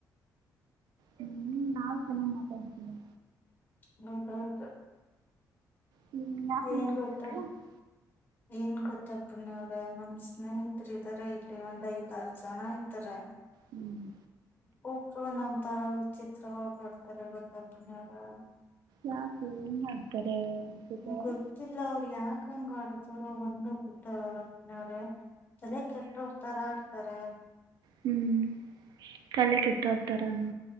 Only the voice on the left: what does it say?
ಹೌದೌದು
ಏನ್ ಗೊತ್ತಾ
ಏನ್ ಗೊತ್ತ ಪೂರ್ಣ ಅವ್ರೆ ನಮ್ ಸ್ನೇಹಿತರು ಇದಾರೆ ಇಲ್ಲಿ ಒಂದ್ ಐದಾರ್ ಜನ ಇದಾರೆ.
ಒಬ್ರು ಒನ್ನೊಂತರ ವಿಚಿತ್ರವಾಗ್ ನೋಡ್ತಾರೆ ಗೊತ್ತ ಪುಣ್ಯ ಅವ್ರೆ
ಗೊತ್ತಿಲ್ಲ ಅವ್ರ್ ಯಾಕ್ ಕ್ ಹಂಗಾಡ್ತಾರೋ ಒಂದು ಗೊತ್ತಾಗಲ್ಲ ಪುಣ್ಯ ಅವ್ರೆ ತಲೆ ಕೆಟ್ಟೋರ್ ತರ ಆಡ್ತಾರೆ.